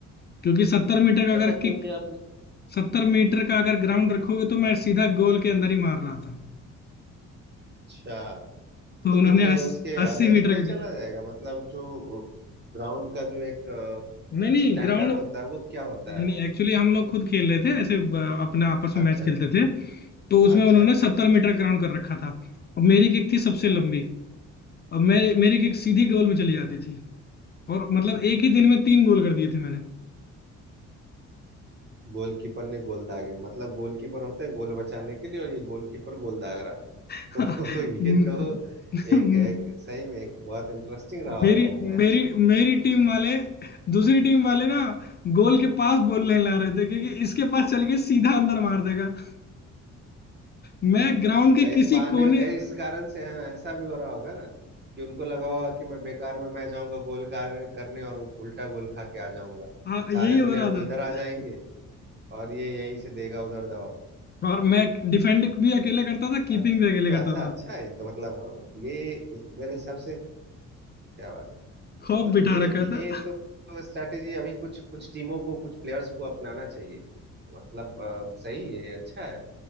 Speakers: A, on the left; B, on the right.
A: क्योंकि सत्तर मीटर का अगर
B: ऐसा क्यों
A: किक
B: किया आपने
A: सत्तर मीटर का अगर ग्राउंड रखोगे तो मैं सीधा गोल के अंदर ही मार रहा था
B: अच्छा
A: तो
B: तो
A: उन्होंने
B: फिर ये
A: अस,
B: उसके
A: अस्सी
B: अगेंस्ट
A: मीटर
B: नहीं
A: का
B: चला जाएगा मतलब जो ग्राउंड का जो एक
A: नहीं नहीं
B: स्टैंडर्ड
A: ग्राउंड
B: होता है वो क्या होता
A: नहीं
B: है
A: नहीं एक्चुअली हम लोग खुद खेल रहे थे ऐसे अ, अपना आपस में
B: अच्छा
A: मैच खेलते
B: अच्छा अच्छा
A: थे तो उसमें
B: अच्छा
A: उन्होंने
B: अच्छा
A: सत्तर
B: अच्छा अच्छा
A: मीटर
B: अच्छा
A: ग्राउंड कर रखा था और मेरी किक थी सबसे
B: ओके
A: लंबी अब मैं मेरी किक सीधी गोल में चली जाती थी और मतलब एक ही दिन में तीन गोल कर दिए थे मैंने
B: गोलकीपर ने गोल दागे मतलब गोलकीपर होते हैं गोल बचाने के लिए और ये गोलकीपर गोल दाग रहा है
A: <laughs>
B: तो <laughs> ये
A: म-
B: तो
A: म-
B: एक एक सही में एक बहुत इंटरेस्टिंग रहा
A: मेरी
B: होगा वो मैच
A: मेरी मेरी टीम वाले दूसरी टीम वाले ना गोल के पास बॉल नहीं ला रहे थे क्योंकि इसके पास चल के सीधा अंदर मार देगा मैं ग्राउंड के
B: तो इस
A: किसी
B: बहाने
A: कोने
B: ए, इस कारण से हाँ ऐसा भी हो रहा होगा ना कि उनको लगा होगा कि मैं बेकार में मैं जाऊंगा गोल कार, करने और उल्टा गोल खा के आ जाऊंगा
A: हाँ यही
B: सारे
A: हो
B: प्लेयर
A: रहा था
B: तो इधर आ जाएंगे और ये यहीं से देगा उधर दबा
A: और मैं डिफेंड भी अकेले करता था कीपिंग
B: के तो
A: भी अकेले
B: ऐसा
A: करता था
B: अच्छा है ये तो मतलब ये मेरे हिसाब से क्या बात
A: खौफ
B: तो
A: बिठा
B: ये
A: रखा
B: ये
A: था
B: तो स्ट्रैटेजी अभी कुछ कुछ टीमों को कुछ प्लेयर्स को अपनाना चाहिए मतलब अ, सही है अच्छा है